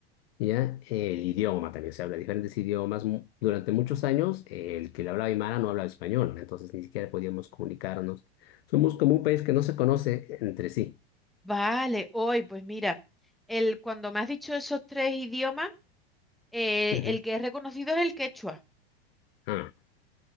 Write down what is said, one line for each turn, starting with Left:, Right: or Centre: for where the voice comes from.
Left: ¿ya? El idioma también se habla diferentes idiomas. Mu- Durante muchos años, eh, el que le hablaba Aymara no hablaba español, entonces ni siquiera podíamos comunicarnos. Somos como un país que no se conoce entre sí.
Centre: Vale, hoy, pues mira, el, cuando me has dicho esos tres idiomas, eh,
Left: Ujú.
Centre: el que es reconocido es el quechua,
Left: Ah,